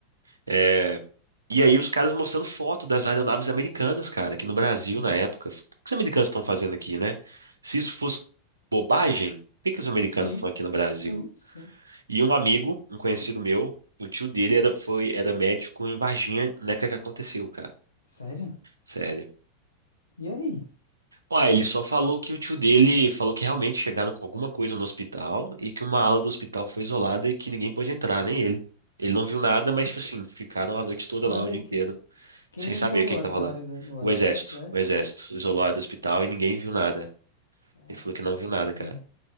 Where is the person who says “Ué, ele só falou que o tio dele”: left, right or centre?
Right